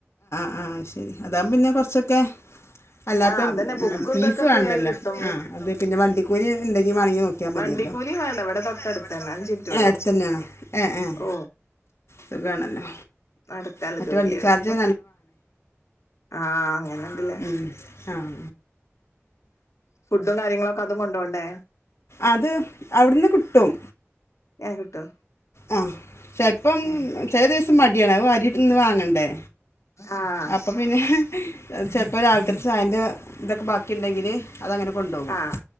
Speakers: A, on the left (about 65°); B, on the left (about 85°).
A: ആഹ് ശരി അതാവുമ്പം പിന്നെ കൊറച്ചൊക്കെ അല്ലാത്ത
B: ആഹ്
A: ഉം
B: അതന്നെ ബുക്കും
A: ഫീസ്
B: ഇതൊക്കെ
A: വേണ്ടല്ലോ
B: ഫ്രീ ആയി കിട്ടും
A: ആഹ് അത് പിന്നെ വണ്ടിക്കൂലി ഇണ്ടെങ്കി വാണെങ്കി നോ ക്കിയാ മതിയല്ലോ
B: വണ്ടിക്കൂലിയും
A: വണ്ടിക്കൂലിം
B: വേണ്ട ഇവിടെ തൊട്ടടുത്ത്
A: വാണ്ട ഇവ്ടെ
B: തന്നെ
A: തൊട്ടെട്ത്തന്നെ
B: അഞ്ച് മിനിറ്റൊള്ളൂ
A: ഏഹ് എട്ത്തന്നേണോ ഏഹ് ഏഹ്
B: ഓ
A: സുഖാണല്ലോ
B: നടക്കാള്ളെ
A: മറ്റേ
B: ദൂരെള്ളു
A: വണ്ടി ചാർജ്
B: ആഹ് അങ്ങനെണ്ട്ല്ലേ
A: ആഹ് ഉം ആഹ്
B: ഫുഡും കാര്യങ്ങളൊക്കെ അതും കൊണ്ടോണ്ടേ
A: അത് അവിടുന്ന് കിട്ടും
B: ഏഹ് കിട്ടോ
A: ആഹ് ചെലപ്പം
B: ഏഹ്
A: ചെലെ ദിവസം മടിയാണ് അത് വരിട്ന്ന് വാങ്ങണ്ടേ
B: ആഹ്
A: അപ്പം പിന്നെ ഏഹ് ചെലപ്പം രാവില്ക്കത്തെ ചായൻ്റെ ഇതൊക്കെ ബാക്കിയിണ്ടെങ്കില് അതങ്ങനെ കൊണ്ടോവും
B: ആഹ്